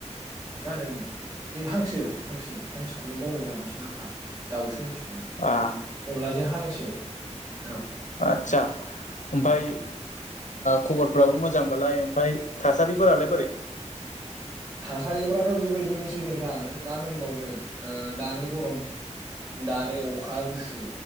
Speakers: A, on the right (about 30°); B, on the left (about 90°).
A: मा होनो बे हांसो हांसो हांसोखौनो बावलायलांबायसोमोन नाबा दाउसो होनसगोमोन।
B: आ
A: अनलाजों हांसो औ
B: आतसा बाय खबरफोराबो मोजांबालाय ओमफफ्राय थासारिफोरालाय बोरै
A: थासारिफ्राथ' बेबायदिनोसै नोंथां मा होनबावनो दानो गरम दानो अखा गुसु